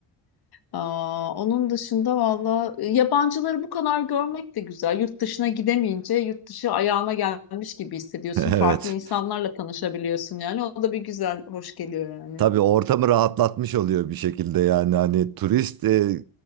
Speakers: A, on the left; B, on the right.
A: Aa, onun dışında valla e, yabancıları bu kadar görmek de güzel. Yurt dışına gidemeyince yurt dışı ayağına gelmiş gibi hissediyorsun.
B: <laughs> Evet.
A: Farklı insanlarla tanışabiliyorsun yani. O da bir güzel, hoş geliyor yani.
B: Tabii ortamı rahatlatmış oluyor bir şekilde yani hani turist e,